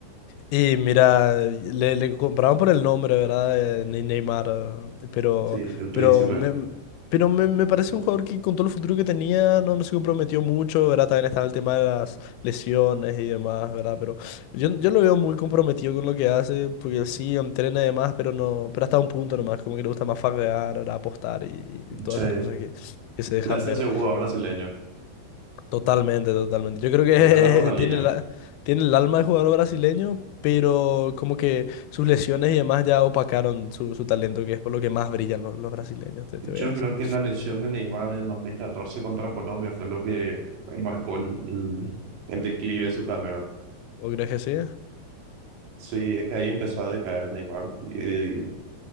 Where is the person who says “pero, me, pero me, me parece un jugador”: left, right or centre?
Left